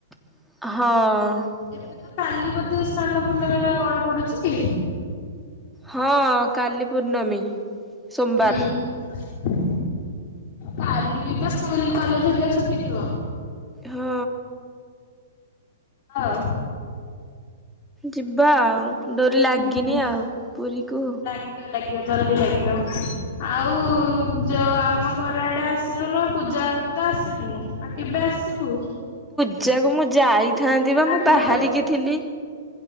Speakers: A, in the centre; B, on the left.
A: ହଁ।
B: ଏବେ ତ କାଲି ବୋଧେ ସ୍ନାନ ପୂର୍ଣ୍ଣମୀ ନା କଣ ପଡୁଛି?
A: ହଁ କାଲି ପୂର୍ଣ୍ଣମୀ। ସୋମବାର
B: ହୁଁ। କାଲି ବା ସ୍କୁଲ କଲେଜ ହେରିକା ଛୁଟି ଥିବ।
A: ହୁଁ।
B: ହଉ।
A: ଯିବା ଆଉ ଡୋରି ଲାଗିନି
B: ହୁଁ।
A: ଆଉ ପୁରୀକୁ।
B: ଲାଗିବ ଲାଗିବ ଜଲଦି ଲାଗିବ ଆଉ ଯୋଉ ଆମ ଘର ଆଡ଼େ ଆସିଲୁନି ପୂଜା ବେଳକୁ ତ ଆସିଲୁନୁ ଆଉ କେବେ ଆସିବୁ?
A: ପୂଜା କୁ ମୁଁ ଯାଇ ଥାନ୍ତି ବା
B: ହାଲୋ
A: ମୁଁ ବାହାରିକି ଥିଲି